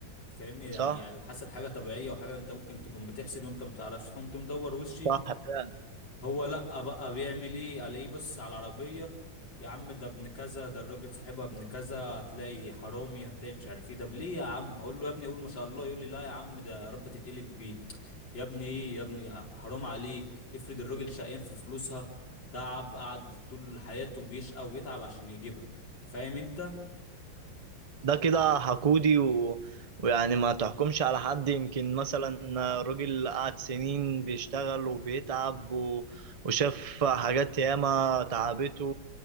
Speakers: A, on the left; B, on the right.
A: فاهمني يعني
B: صح
A: الحسد حاجة طبيعية وحاجة انت ممكن تكون بتحسد وانت ما تعرفش فقمت مدور وشي
B: صح فعلا
A: هو لأ بقى بيعمل ايه على ايه بص على العربية يا عم ده ابن كذا ده الراجل صاحبها ابن كذا هتلاقي حرامي هتلاقي مش عارف ايه ده ليه يا عم اقول له يا ابني اقول ما شاء الله يقول لي لا يا عم ده يا رب تتقلب بيه يا ابني ايه يا ابني حرام عليك افرض الراجل شقيان في فلوسها تعب قعد طول حياته بيشقى ويتعب عشان يجيبها فاهم انت
B: ده كده حقودي و... ويعني ما تحكمش على حد يمكن مثلا راجل قعد سنين بيشتغل وبيتعب و... وشاف حاجات ياما تعبته